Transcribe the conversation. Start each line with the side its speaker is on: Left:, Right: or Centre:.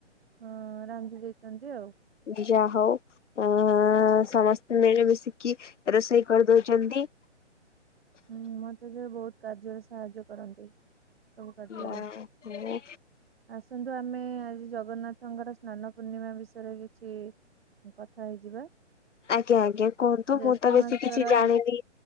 Right: ଅଁ ରାନ୍ଧି ଦେଇଚନ୍ତି ଆଉ।
Left: ଦି ଯାହୋଉ ଆ ସମସ୍ତେ ମିଳିମିଶିକି ରୋଷେଇ କରିଦୋଉଛନ୍ତି।
Right: ହୁଁ ମତେ ଯେ ବହୁତ କାର୍ଯ୍ୟରେ ସାହାଯ୍ୟ କରନ୍ତି। ସବୁ କାର୍ଯ୍ୟରେ।
Left: ଯା ହଉ
Right: ଆସନ୍ତୁ ଆମେ ଆଜି ଜଗନ୍ନାଥଙ୍କର ସ୍ନାନ ପୂର୍ଣ୍ଣିମା ବିଷୟରେ କିଛି କଥା ହେଇଯିବା।
Left: ଆଜ୍ଞା ଆଜ୍ଞା କୁହନ୍ତୁ,
Right: ଜ୍ୟେଷ୍ଠ
Left: ମୁଁ ତ ବେଶୀ
Right: ମାସର
Left: କିଛି ଜାଣିନି